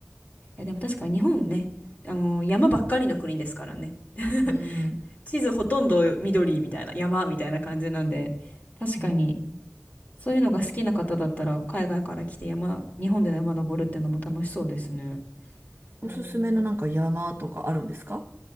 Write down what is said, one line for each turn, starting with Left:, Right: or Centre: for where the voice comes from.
Left: いや、でも確かに日本ね、あの、山ばっかりの国ですからね。<laughs>
Right: うん。
Left: 地図ほとんど緑みたいな、山みたいな感じなんで、確かに、
Right: うん。
Left: そういうのが好きな方だったら、海外から来て山、日本で山登るってのも楽しそうですね。へ
Right: おすすめのなんか山とかあるんですか
Left: ー